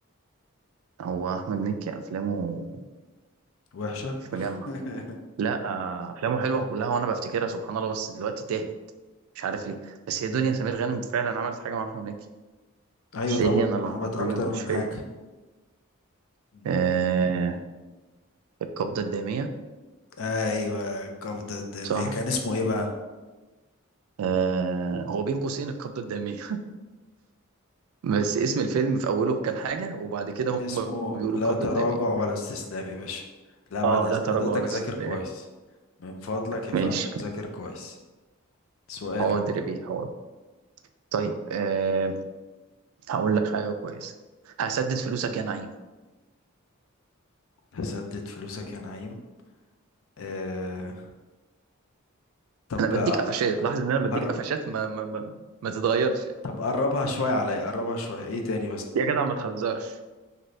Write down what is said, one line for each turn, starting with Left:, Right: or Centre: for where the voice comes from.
Right: هو احمد مكي افلامه
Left: وحشة
Right: مش مجمع
Left: <laughs>
Right: لا آه، افلامه حلوه كلها وانا بفتكرها سبحان الله بس دلوقتي تاهت مش عارف ليه بس هي
Left: مم.
Right: دنيا سمير غانم فعلا عملت حاجه مع احمد مكي
Left: ايوه
Right: بس
Left: طبعا
Right: ايه هي انا لحظيا
Left: عملت اكتر
Right: مش
Left: من
Right: فاكر
Left: حاجة مم.
Right: آه القبضه الداميه
Left: ايوه القبضة الدامية
Right: صح
Left: كان اسمه ايه بقى
Right: آه هو بين قوسين القبضه الداميه <laughs> بس اسم الفيلم في اوله كان حاجه وبعد كده هم
Left: اسمه
Right: بيقولوا
Left: لا
Right: القبضه
Left: تراجع
Right: الداميه
Left: ولا استسلام يا باشا لا بعد
Right: اه
Left: اذن
Right: لا تراجع
Left: حضرتك
Right: ولا
Left: ذاكر
Right: استسلام
Left: كويس من فضلك يا
Right: ماشي
Left: فندم ذاكر كويس سؤالك
Right: حاضر يا بيه حاضر طيب آه هقول لك حاجه كويسه هسدد فلوسك يا نعيم
Left: هسدد فلوسك يا نعيم آه... طب
Right: انا بديك قفشات لاحظ ان انا بديك
Left: أقر...
Right: قفشات ما ما ما, ما تتغيرش
Left: طب قربها شوية عليا قربها شوية ايه تاني بس
Right: يا جدع ما تهزرش